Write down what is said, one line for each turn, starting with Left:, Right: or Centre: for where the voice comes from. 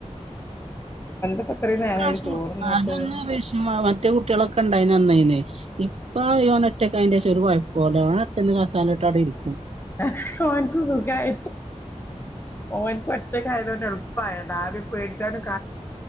Left: ഇപ്പ ഇത്രയും
Right: ഈ
Left: നേരായി
Right: പ്രാവശ്യം
Left: ചോറുന്നിട്ട്
Right: അത് ഒന്ന് അപേക്ഷിച്ച മറ്റേ കുട്ടികളൊക്കെ ഉണ്ടായിന് അന്നായിന് ഇപ്പൊ ഇവൻ ഒറ്റക്ക് ആയതിന് ശേഷം ഒരു കുഴപ്പംല്ല ഓൻ അച്ഛൻ്റെ കസാര ഇട്ട് അവിടെ ഇരിക്കും
Left: ആഹ് ഓൻക്ക് സുഖായി ഓന്ക്ക് ഒറ്റക്കായതു കൊണ്ട് എളുപ്പായത് ആരയും പേടിച്ചാണ്